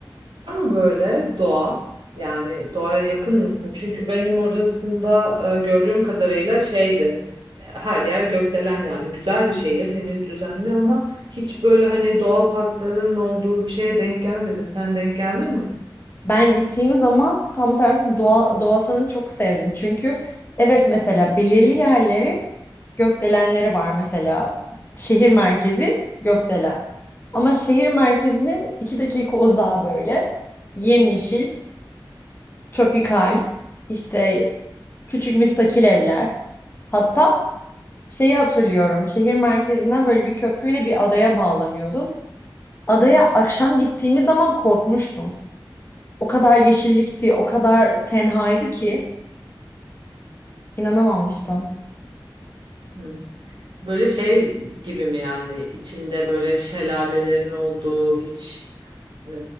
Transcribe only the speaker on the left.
Ben gittiğim zaman tam tersi doğa, doğasını çok sevdim. Çünkü evet mesela belirli yerleri gökdelenleri var mesela. Şehir merkezi gökdelen. Ama şehir merkezinin iki dakika uzağı böyle. Yemyeşil, tropikal, işte küçük müstakil evler. Hatta şeyi hatırlıyorum. Şehir merkezinden böyle bir köprüyle bir adaya bağlanıyordun. Adaya akşam gittiğimiz zaman korkmuştum. O kadar yeşillikti, o kadar tenhaydı ki inanamamıştım.